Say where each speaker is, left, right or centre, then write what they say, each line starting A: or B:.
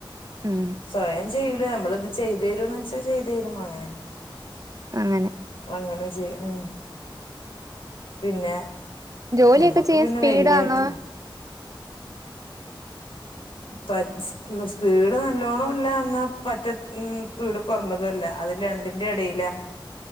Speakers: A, on the right (about 40°); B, on the left (about 85°).
A: ഉം
B: സ്വയം ചെ യ്യൂല നമ്മളത് ചെയ്തു തരോന്ന് ചോയ്ച്ച ചെയ്തു തരും അങ്ങനെ.
A: അങ്ങനെ
B: അങ്ങനെ ചെയ് ഉ പിന്നെ
A: ജോലിയൊക്കെ
B: ഞമ്മക്ക്
A: ചെയ്യാൻ
B: പിന്നെ
A: സ്പീഡാന്നോ
B: വല്യറ്റൂല പച്ച് സ്പീഡ് നല്ലോണം ഇല്ല എന്നാ പറ്റ സ്പീഡ് കൊർഞ്ഞതു അല്ല അത് രണ്ടിന്റിം എടേല